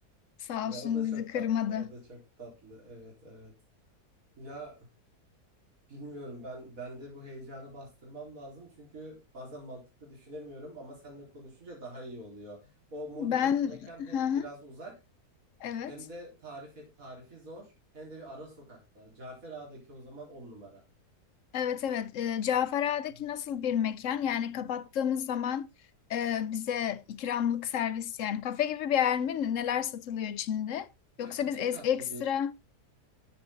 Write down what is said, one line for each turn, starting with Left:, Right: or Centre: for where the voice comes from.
Left: sağ
Right: Ya
Left: olsun
Right: o da çok
Left: bizi kırmadı.
Right: tatlı. O da çok tatlı. Evet evet. Ya bilmiyorum ben bende bu heyecanı bastırmam lazım çünkü bazen mantıklı düşünemiyorum ama seninle konuşunca daha iyi oluyor. O Moda'daki
Left: Ben
Right: mekan hem
Left: hı hı,
Right: biraz uzak
Left: evet
Right: hem de tarif et tarifi zor hem de bir ara sokakta. Cafer Ağa'daki o zaman on numara.
Left: evet evet e, Cafera'daki
Right: Hı hı.
Left: nasıl bir mekan yani kapattığımız zaman e, bize ikramlık servis yani kafe gibi bir yer mi neler satılıyor içinde?
Right: Ya
Left: Yoksa
Right: iki
Left: biz es-
Right: katlı
Left: ekstra
Right: bir